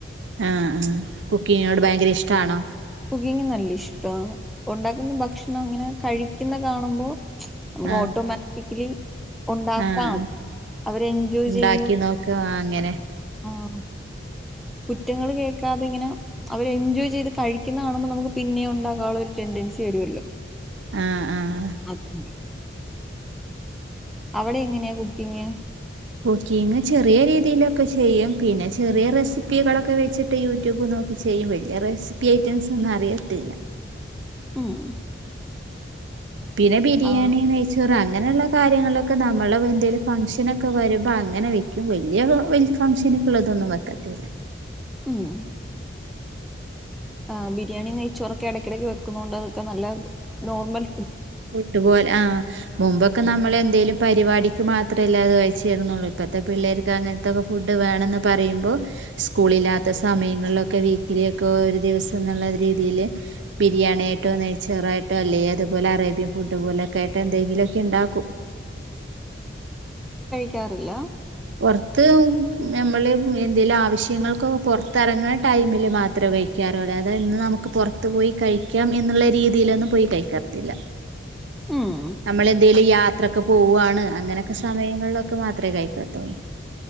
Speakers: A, on the right; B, in the centre.
A: ആഹ് ആഹ് കുക്കിങ്ങിനോട് ഭയങ്കര ഇഷ്ടണോ
B: കുക്കിങ് നല്ല ഇഷ്ട്ടാണ് ഉണ്ടാക്കുന്ന ഭക്ഷണം അങ്ങനെ കഴിക്കുന്ന കാണുമ്പോ
A: ആഹ്
B: ഓട്ടോമാറ്റിക്കലി ഉണ്ടാക്കാം.
A: ആഹ് ആഹ്
B: അവരെ എൻജോയ്
A: ഉണ്ടാക്കി
B: ചെയ്യും
A: നോക്ക് ആഹ് അങ്ങനെ
B: ആഹ് കുറ്റങ്ങള് കേൾക്കാതെ ഇങ്ങനെ അവര് എൻജോയ് ചെയ്ത് കഴിക്കുന്നകാണുമ്പോ നമുക്ക് പിന്നെ ഉണ്ടാക്കാളൊലൊരു. ടെണ്ടൻസി വരുല്ലോ
A: ആഹ് ആഹ്
B: അതന്നെ അവിടെ എങ്ങനെയാ കുക്കിങ്?
A: കുക്കിങ് ചെറിയ രീതിലൊക്കെ ചെയ്യും പിന്നെ ചെറിയ റെസിപ്പികളൊക്കെ വെച്ചിട്ട് യൂട്യൂബ് നോ നോക്കി ചെയ്യും വല്ല്യ റെസിപ്പി ഐറ്റംസ് ഒന്നും അറിയത്തില്ല.
B: ഉം.
A: പിന്നെ ബിരിയാണി
B: ആ
A: നെയ്ച്ചോറ് അങ്ങ ങ്ങനെ ഇള്ള കാര്യങ്ങളിലൊക്കെ നമ്മളെ എന്തെലും ഫംഗ്ഷനൊക്കെ വെരുമ്പോ അങ്ങനെ വെക്കും വെല്ല്യ വെ ഫംഗ്ഷെൻ ന്ക്ക് ഇള്ളതൊന്നും വെക്കത്തില്ല.
B: ഉം. ആഹ് ബിരിയാണി നെയ്ച്ചോറൊക്കെ എടെക്ക് എടെക്ക് വെക്ക്ണോണ്ട് ഒക്കെ നല്ല നോർമെൽ
A: ഫുഡ്പോലെ ആഹ് മുമ്പൊക്കെ നമ്മെൾ എന്തെലും പരിപാടിക്ക് മാത്രം അല്ലെ അയ് കയ്ച്ചിര്ന്നൊള്ളു ഇപ്പത്തെ പിള്ളേർക്ക് അങ്ങൻത്തൊക്കെ ഫുഡ് വേണംന്ന് പറിയിമ്പോ സ്കൂൾ ഇല്ലാത്ത സമയങ്ങളിലൊക്കെ വീക്ക്ലി ഒക്കെ ഒരു ദിവ്സംന്ന് ഇള്ള രീ തിയിൽ ബിരിയാണി ആയിട്ടോ നെയ്ച്ചോറ് ആയിട്ടോ അല്ലെയ് അത് പോലെ അറെ ബ്യൻ ഫുഡ് പോലൊക്കെ ആയിട്ട് എന്തെങ്കിലും ഒക്കെ ഇണ്ടാക്കും.
B: ക്ക്യാറ് ഇല്ലാ?
A: പൊർത്ത് ഞമ്മെൾ എന്തെലും ആവശ്യങ്ങെൾക്ക് ഒക്കെ പൊർത്ത് എറങ്ങ്ണ ടൈമിൽ മാത്രേ ഴിക്കാറ് അല്ലാതെ ഇന്ന് നമുക്ക് പൊർത്ത് പോയി കഴിക്കാം എന്ന് ഇള്ള രീതിയിലൊന്നും പോയി കഴിക്കാത്തില്ല.
B: ഉം
A: നമ്മെൾ എന്തെലും യാത്ര ഒക്കെ പോവാണ് അങ്ങനൊക്കെ സമയങ്ങളിലൊക്കെ മാത്രേ കഴിക്കത്തൊള്ളു